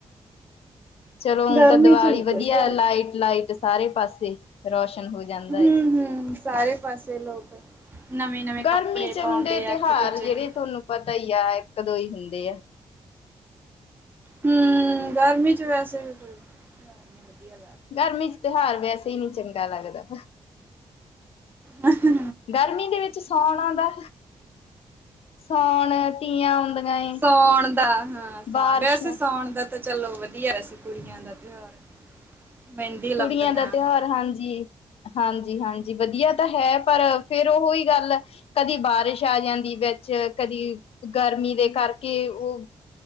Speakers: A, on the left; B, on the right.
A: ਚਲੋ ਹੁਣ
B: ਗਰਮੀ
A: ਤਾਂ ਦੀਵਾਲੀ
B: ਚ ਨਹੀਂ
A: ਵਧੀਆ,
B: ਕੋਈ ਤਿਉਹਾਰ
A: ਲਾਈਟ ਲਾਈਟ ਸਾਰੇ ਪਾਸੇ ਰੋਸ਼ਨ ਹੋ ਜਾਂਦਾ।
B: ਹੂ
A: ਏ।
B: ਹੂ ਸਾਰੇ ਪਾਸੇ ਲੋਕ ਨਵੇਂ ਨਵੇਂ ਕੱਪੜੇ
A: ਗਰਮੀ ਚ ਆਉਂਦੇ
B: ਪਾਉਂਦੇ
A: ਤਿਉਹਾਰ
B: ਆ, ਇੱਕ ਦੂਜੇ
A: ਜਿਹੜੇ
B: ਨੂੰ।
A: ਤੁਹਾਨੂੰ ਪਤਾ ਹੀ ਆ, ਇੱਕ ਦੋ ਹੀ ਹੁੰਦੇ ਆ।
B: ਹੂ, ਗਰਮੀ ਚ ਵੈਸੇ ਵੀ ਕੋਈ ਵਧੀਆ
A: ਗਰਮੀ ਚ ਤਿਉਹਾਰ ਵੈਸੇ ਹੀ ਨਹੀਂ ਚੰਗਾ ਲੱਗਦਾ।
B: ਅ ਅ ਹੂ
A: ਗਰਮੀ ਦੇ ਵਿੱਚ, ਸਉਣ ਆਉਂਦਾ। ਸਾਉਣ ਤੀਆਂ ਆਉਂਦੀਆਂ ਏ
B: ਸਉਣ ਦਾ ਹਾਂ,
A: ਬਾਰਿਸ਼
B: ਵੈਸੇ ਸਉਣ ਦਾ ਤੇ ਚਲੋ ਵਧੀਆ, ਵੈ ਸੇ ਕੁੜੀਆਂ ਦਾ ਤਿਉਹਾਰ। ਮਹਿੰਦੀ ਲਾਉਂਦੀਆਂ
A: ਕੁੜੀਆਂ ਦਾ ਤਿਉਹਾਰ, ਹਾਂਜੀ। ਹਾਂਜੀ- ਹਾਂਜੀ, ਵਧੀਆ ਤਾਂ ਹੈ। ਪਰ ਫੇਰ ਉਹ ਹੀ, ਗੱਲ ਏ। ਕਦੀ ਬਾਰਿਸ਼ ਆ ਜਾਂਦੀ ਵਿੱਚ, ਕਦੀ ਗਰਮੀ ਦੇ ਕਰਕੇ, ਉਹ।